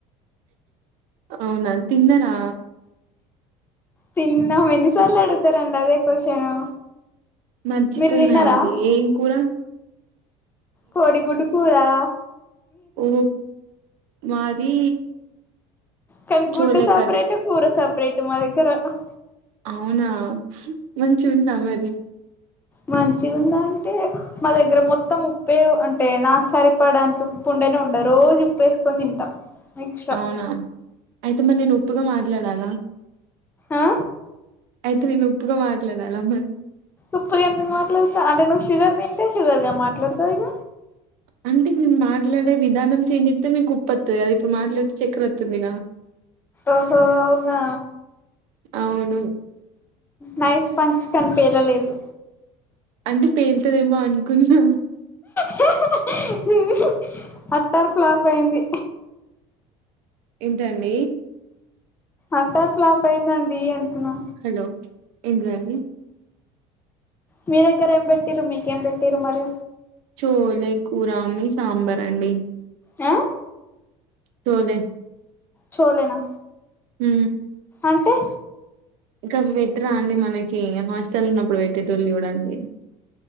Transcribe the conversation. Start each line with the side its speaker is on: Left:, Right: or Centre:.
Right: అవునా తిన్నరా?
Left: తిన్నాం ఎన్నిసార్లు అడుగుతారండి అదే క్వశ్చను
Right: మర్చిపోయినా
Left: మీరు తిన్నారా?
Right: అండి ఏం కూరా?
Left: కోడిగుడ్డు కూరా
Right: ఉనద్ మాది
Left: కానీ
Right: చోలే
Left: గుడ్డు సెపరేట్,
Right: కర్రీ
Left: కూర సెపరేట్ మా దగ్గర అహ్
Right: అవునా మంచి ఉందా మరి?
Left: మంచి ఉందా అంటే? మా దగ్గర మొత్తం ఉప్పె అంటే నాకు సారి పడంత ఉప్పు ఉండేనే ఉండ రోజు ఉప్పు వేసుకొని తింటాం. ఎక్స్ట్రా
Right: అవునా అయితే మరి నేను ఉప్పుగా మాట్లాడాలా
Left: ఆ
Right: అయితే నేను ఉప్పుగా మాట్లాడాలమ్మా
Left: ఉప్పుగా ఎందుకు మాట్లాడతా అంటే నువ్వు షుగర్ తింటే షుగర్ గా మాట్లాడతావు ఇగ
Right: అంటే నేను మాట్లాడే విధానం చేంజ్ అయితే మీకు కుప్పొత్తది కద ఇప్పుడు మాట్లాడితే చక్కెర వతుందిగా
Left: ఓహో అవునా
Right: అవును
Left: నైస్ స్పంచ్ కని పేలలేదు
Right: అంటే పేలుతదేమో అనుకున్నా
Left: హ్హ్హ్హ్ హుహ్ అట్టార్ ఫ్లాప్ అయింది.
Right: ఏంటండి?
Left: అత్తర్ ఫ్లాప్ అయిందండి అంటున్నా
Right: హలో ఇంద్రా అండి
Left: మీ దగ్గర ఏం పెట్టిరు, మీకేం పెట్టిరు మరి?
Right: చోలే కూర ఉంది సాంబార్ అండి
Left: ఆ
Right: తోలే
Left: చోలేనా
Right: హు
Left: అంటే?
Right: ఇంకా అవి పెట్టరా అండి మనకి హాస్టల్ ఉన్నప్పుడు పెట్టేటోళ్ళు చూడండి.